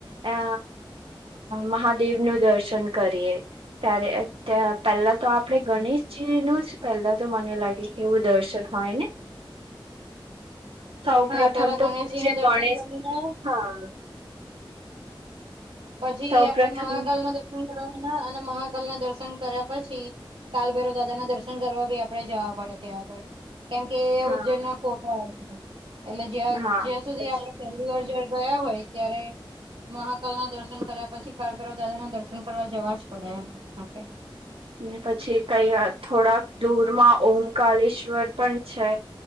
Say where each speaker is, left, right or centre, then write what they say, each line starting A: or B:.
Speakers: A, on the right; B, on the right.
A: અ મહાદેવ નું દર્શન કરીએ. ત્યારે પહેલા તો આપણેે ગણેશજી નુ જ પહેલા તો મને લાગે એવું દર્શન હોય ને? સૌ
B: હા
A: પ્રથમ
B: પેલા ગણેશજી
A: તો પૂજ્ય
B: ના દર્શન
A: ગણેશ
B: કરી ને
A: હા.
B: પછી
A: સૌ
B: આપડે
A: પ્રથમ
B: મહાકાલ ના દર્શન કરવાના અને મહાકાલ ના દર્શન કર્યા પછી. કાલભૈરવ દાદા ના દર્શન કરવા બી આપડે જવા પડે ત્યા આગળ. કેમ કે એ
A: હા
B: ઉજ્જૈન ના કોટો આવે છે એટલે
A: હા
B: જે સુધી
A: પછી
B: આપડે પહેલી વાર જયાર ગયા હોય ત્યારે મહાકાલ ના દર્શન કર્યા પછી કાલભૈરવ દાદા ના દર્શન કરવા જવા જ પડે એમ આપડે.
A: ને પછી કઈ થોડાક દૂરમાં ઓમકલેશ્વર પણ છે.